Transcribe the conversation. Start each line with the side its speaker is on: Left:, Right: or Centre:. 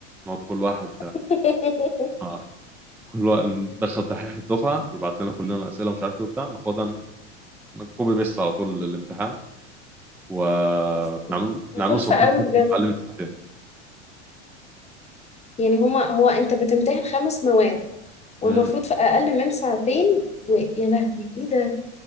Centre: نقعد كل واحد
Left: <laughs>
Centre: آه، كل واحد ندخل دحيح الدفعه يبعت لنا كلنا اسئله ومش عارف ايه وبتاع ناخدها كوبي بيست على طول الامتحان وبنعمله
Left: اصلا ده
Centre: بنعمله
Left: تحفه
Centre: سبميت
Left: قوي
Centre: مثلا
Left: بجد
Centre: في اقل من ساعتين
Left: يعني هما هو انت بتمتحن خمس مواد والمفروض
Centre: مم.
Left: في اقل من ساعتين ويا لهوي ايه ده